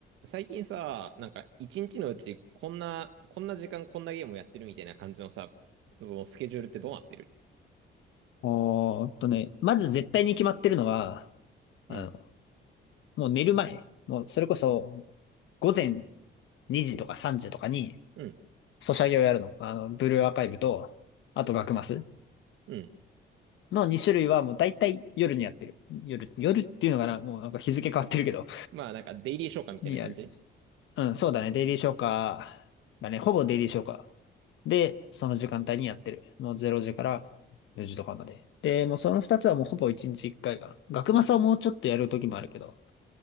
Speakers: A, on the right; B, on the left.
A: 最近さ、なんか一日のうちこんな、こんな時間こんなゲームをやってるみたいな感じのさ、そのスケジュールってどうなってる
B: おーっとね、まず絶対に決まってるのは、
A: うん、
B: あの、もう寝る前、もうそれこそ午前2時とか3時とかに、
A: うん、
B: ソシャゲをやるの。あの、ブルーアーカイブと、あと学マス
A: うん。
B: の2種類はもう大体夜にやってる。夜、夜っていうのかなもうなんか日付変わってるけど、
A: まあなんかデイリー消化みたいな感じ
B: にやる。うん、そうだね。デイリー消化だね。ほぼデイリー消化。で、その時間帯にやってる。もう0時から4時とかまで。で、もうその2つはもうほぼ1日1回かいかな。学マスはもうちょっとやる時もあるけど、